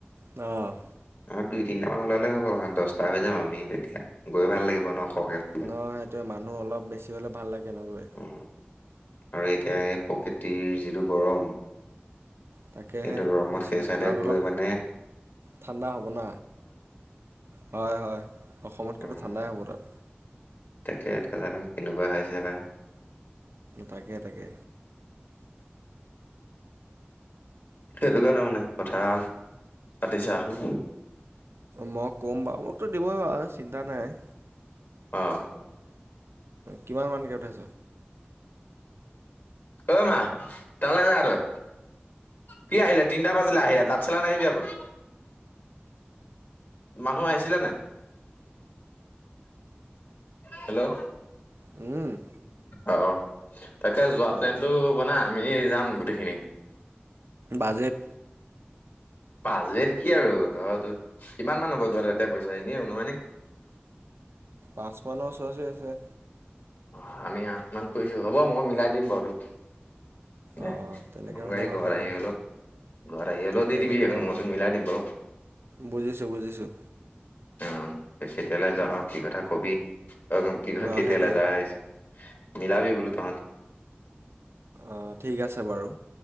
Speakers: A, on the right (about 80°); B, on the left (about 55°).
A: অ'
B: অ', দুই তিনিট মান ওলালে হৈ গল দহটা হৈ যাম আমি তেতিয়া গৈ ভাল লাগিব। ন সৰহকৈ হ'লে
A: ন', সেইটোৱে মানুহ অলপ বেছি হ'লে ভাল লাগে ন গৈ?
B: উম, আৰু এতিয়া এই প্ৰকৃতিৰ যিটো গৰম
A: তাকেহেছিল
B: সেইটো গৰমত সেই চাইডে
A: তাত
B: গৈ
A: অলপ
B: মানে
A: ঠাণ্ডা হ'ব ন হয়-হয় অসমতকৈ
B: উম,
A: ঠাণ্ডাই হ'ব তাত।
B: তাকে এটা জানো কেনেকুৱা হৈছে বা।
A: তাকে-তাকে।
B: সেইটো কাৰণে মানে কথা পাতিছা শোন।
A: মই ক'ম বাৰু মোকতো দিবই বাৰ চিন্তা নাই।
B: অ'।
A: কিমান মমানকে উঠাইছ?
B: ঐ, মা তালৈ যা তই কি, আহিলে তিনিটা বাজিলৈ আহিলে। তাঁত চেলা নাহিবি আকৌ মানুহ আহিছিলোনে হেল্ল'
A: উম'
B: অ', তাকে যোৱা প্লেনতটো
A: অ'।
B: বনাই আমি যাম গোটেইখিনি।
A: বাজেট?
B: পাজত কি আৰু তৰা কিমান মান হ'ব তহ ত ততে পইচা এনে অনুমানিক?
A: পাঁচপন্ন ওচৰা-ওচৰি আছে।
B: অ' আমি আঠ মান কৰিছো হ'ব মই মিলাই দিম বাৰু তোক।
A: অ',
B: এহ
A: তেনেকে
B: কাম
A: হ'লে
B: কৰি‌
A: ভাল
B: ঘৰত‌
A: কথা।
B: আহি গলো। ঘৰত আহি হলেও
A: তাকে,
B: দি দিবি
A: তাকে
B: মই
A: অ'।
B: তোক মিলাই দিম বাৰু।
A: বুজিছোঁ, বুজিছোঁ।
B: অ', তই কেতিয়ালৈ যা
A: উম,
B: কি কথা কবি অ' কি ক
A: অ',
B: কেতিয়ালৈ
A: সেইটোৱে।
B: যাৱ মিলাবি বোলো তহঁতে
A: অ' ঠিক আছে বাৰু